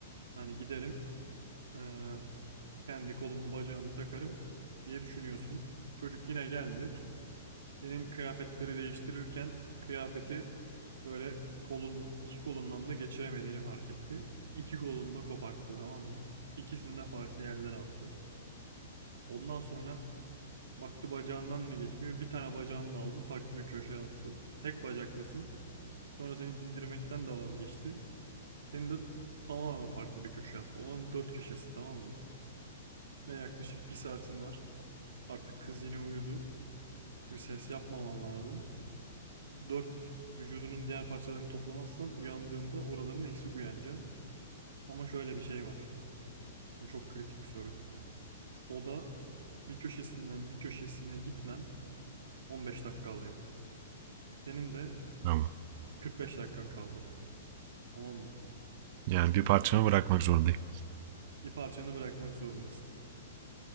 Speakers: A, on the right; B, on the right.
A: hani giderim. eee, kendi kolumu bacağımı takarım diye düşünüyorsun. Çocuk yine geldi. Senin kıyafetleri değiştirirken kıyafeti böyle kolun iki kolundan da geçiremediğini fark etti. İki kolunu da koparttı tamam mı? İkisini de farklı yerlere attı. Ondan sonra baktı bacağından da geçmiyor. Bir tane bacağını da aldı farklı bir köşeye attı. Tek bacaklısın. Sonra seni giydirmekten de vazgeçti. Seni de tamamen farklı bir köşeye attı. Onun dört köşesi tamam mı? Ve yaklaşık bir saatin var. Artık kız yine uyudu. Bir ses yapmaman lazım. 4 vücudunun diğer parçalarını toplamazsan uyandığında oraların eksik uyanacaksın. Ama şöyle bir şey var. Çok kritik bir soru. O da bir köşesinden bir köşesine gitmen 15 dakika alıyor. Senin de
B: Tamam.
A: 45 dakikan kaldı. Tamam mı?
B: Yani bir parçamı bırakmak zorundayım.
A: Bir parçanı bırakmak zorundasın.